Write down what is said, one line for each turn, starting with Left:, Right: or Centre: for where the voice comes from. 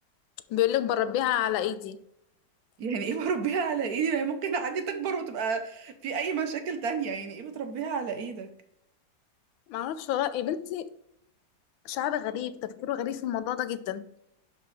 Left: بيقول لك بربيها على ايدي
Right: يعني ايه بربيها على ايدي يعني ممكن عادي تكبر وتبقى في اي مشاكل تانية يعني ايه بتربيها على ايدك
Left: معرفش والله يا بنتي شعب غريب تفكيره غريب في الموضوع ده جدا